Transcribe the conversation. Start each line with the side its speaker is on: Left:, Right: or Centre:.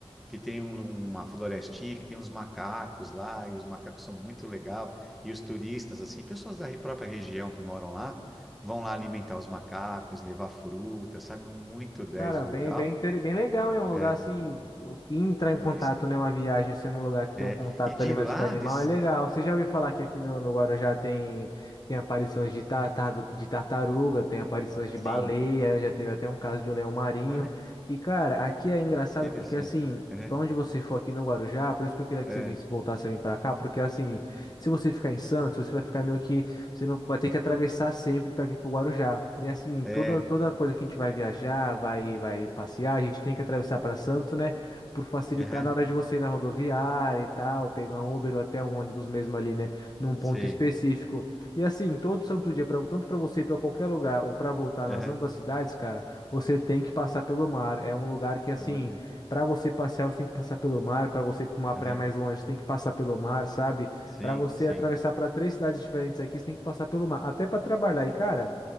Centre: que tem um- uma florestinha, que tem uns macacos lá, e os macacos são muito legal, e os turistas, assim, pessoas da re- própria região que moram lá, vão lá alimentar os macacos, levar fruta, sabe? Muito 10
Left: Cara,
Centre: o
Left: bem,
Centre: local.
Left: bem, inter- bem legal, é um
Centre: É,
Left: lugar assim, entrar em contato,
Centre: isso.
Left: né, uma viagem, sendo um lugar que tem
Centre: É.
Left: um contato
Centre: E de
Left: ali mais
Centre: lá,
Left: com o animal,
Centre: de...
Left: é legal. Você já ouviu falar que aqui no, no Guarujá tem, tem aparições de, tartar, de tartaruga, tem aparições de
Centre: sim.
Left: baleia, já teve até um caso de um leão marinho.
Centre: Olha
Left: E, cara, aqui é engraçado
Centre: Interessante.
Left: porque, assim,
Centre: Aham,
Left: pra onde você for aqui no Guarujá, por isso que eu queria que
Centre: aham,
Left: você visse, voltasse a vir pra cá, porque, assim, se você ficar em Santos, você vai ficar meio que você não vai ter que atravessar sempre para vir para o Guarujá. E assim,
Centre: É,
Left: toda, toda coisa que a gente vai viajar, vai, vai passear, a gente tem que atravessar para Santos, né? Por facilitar
Centre: aham,
Left: na hora de você ir na rodoviária e tal, pegar um Uber ou até um ônibus mesmo ali, né? Num
Centre: sei.
Left: ponto específico. E assim, todo santo dia, pra, tanto para você ir para qualquer lugar ou para voltar nas
Centre: Aham,
Left: ambas cidades, cara, você tem que passar pelo mar. É um lugar que, assim,
Centre: Olha,
Left: para você passear, você tem que passar pelo mar. Para você ir para uma praia
Centre: aham,
Left: mais longe, você tem que passar pelo mar, sabe?
Centre: Sim,
Left: Para você
Centre: sim.
Left: atravessar para três cidades diferentes aqui, você tem que passar pelo mar, até para trabalhar. E, cara,